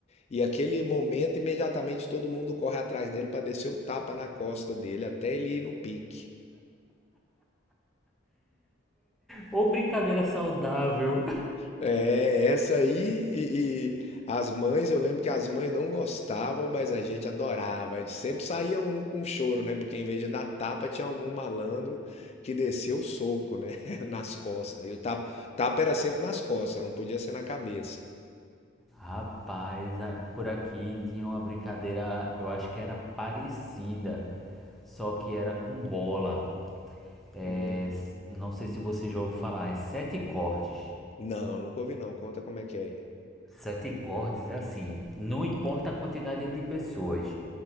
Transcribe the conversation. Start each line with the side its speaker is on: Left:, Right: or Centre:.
Left: E aquele momento, imediatamente todo mundo corre atrás dele para descer o tapa na costa dele até ele ir no pique.
Centre: ou brincadeira saudável.
Left: É, essa aí e, e as mães, eu lembro que as mães não gostavam, mas a gente adorava. Sempre saía um com choro, né? Porque em vez de dar tapa, tinha algum malandro que descia o soco, né? <laughs> Nas costas. E o tapa, tapa era sempre nas costas, não podia ser na cabeça.
Centre: Rapaz, a- por aqui tinha uma brincadeira, eu acho que era parecida, só que era com bola.
Left: Hum.
Centre: É, s- não sei se você já ouviu falar, é sete cortes.
Left: Não, nunca ouvi não. Conta como é que é aí.
Centre: Sete cortes é assim, não importa a quantidade de pessoas.